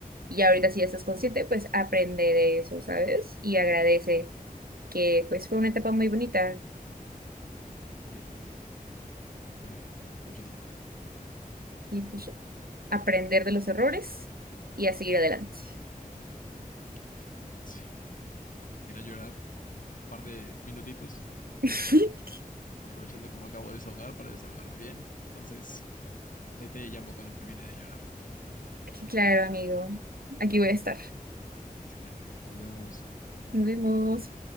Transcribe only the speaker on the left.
Sí, la verdad es que sí. Bonita fue mucho tiempo.
Ok, pues la verdad, me iré a llorar un par de minutitos,
aprovechando que me acabo de desahogar para desahogarme bien. Entonces, pues ahí te llamo cuando termine de llorar.
Excelente. Nos vemos.